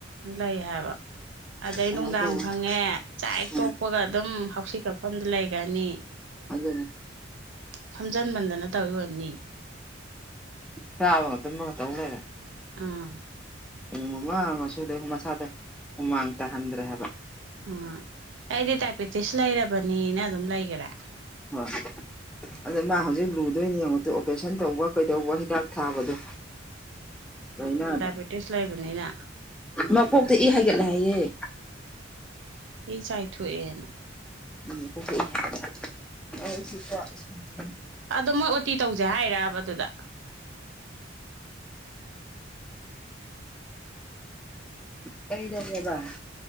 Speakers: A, on the right; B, in the centre.
A: ꯂꯩ ꯍꯥꯏꯕ ꯑꯗꯩ
B: ꯀꯃꯥꯏꯅ
A: ꯅꯨꯡꯗꯥꯡ
B: ꯇꯧꯕꯅꯣ
A: ꯐꯪꯉꯦ ꯆꯥꯛ
B: ꯎꯝ
A: ꯇꯣꯛꯄꯒ ꯑꯗꯨꯝ ꯍꯧꯁꯤ ꯀꯛꯐꯝꯗ ꯂꯩꯒꯅꯤ
B: ꯑꯗꯨꯅꯦ
A: ꯐꯝꯖꯟꯃꯟꯗꯅ ꯇꯧꯔꯤꯑꯣꯏꯔꯥꯝꯅꯤ
B: ꯆꯥꯕꯥꯒ ꯇꯨꯝꯕꯒꯥ ꯇꯧ ꯂꯩꯔꯦ
A: ꯎꯝ
B: ꯑꯩ ꯃꯃꯥꯁꯨꯗ ꯃꯁꯥꯗ ꯍꯨꯃꯥꯡ ꯇꯥꯍꯟꯗ꯭ꯔꯦ ꯍꯥꯏꯕ
A: ꯎ ꯑꯩꯗꯤ ꯗꯥꯏꯕꯦꯇꯤꯁ ꯂꯩꯔꯕꯅꯤꯅ ꯑꯗꯨꯝ ꯂꯩꯒꯥꯔꯦ
B: ꯑ ꯑꯗꯨꯗ ꯃꯥ ꯍꯧꯖꯤꯛ ꯂꯨꯗꯣꯏꯅꯦ ꯌꯦꯡꯉꯣꯇꯣ ꯑꯣꯄꯔꯦꯁꯟ ꯇꯧꯕ ꯀꯩꯗꯧꯕ ꯍꯤꯗꯥꯛ ꯊꯥꯕꯗꯣ ꯂꯥꯏꯅꯥꯗꯣ
A: ꯗꯥꯏꯕꯦꯇꯤꯁ ꯂꯥꯏꯕꯅꯤꯅ
B: ꯃꯀꯣꯛꯇ ꯏ ꯍꯥꯏꯒꯦꯠꯂꯦ ꯍꯥꯏꯌꯦꯦ
A: ꯏ ꯆꯥꯏꯊꯑꯦꯅ
B: <unintelligible>
A: ꯑꯗꯣ ꯃꯣꯏ ꯑꯣꯇꯤ ꯇꯧꯁꯦ ꯍꯥꯏꯔꯕ ꯑꯗꯨꯗ
B: ꯀꯩꯗꯧꯔꯦꯕ